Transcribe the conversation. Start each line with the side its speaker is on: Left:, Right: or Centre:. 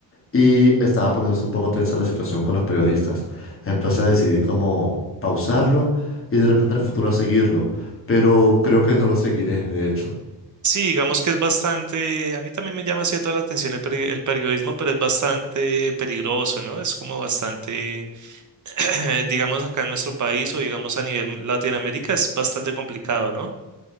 Left: y estaba poniéndose un poco tensa la situación con los periodistas. Entonces decidí como pausarlo y de repente en el futuro seguirlo, pero creo que no lo seguiré, de hecho.
Right: Sí, digamos que es bastante, a mí también me llama cierto la atención el, peri- el periodismo, pero es bastante peligroso, ¿no? Es como bastante, <clears throat> digamos acá en nuestro país o digamos a nivel Latinoamérica es bastante complicado, ¿no?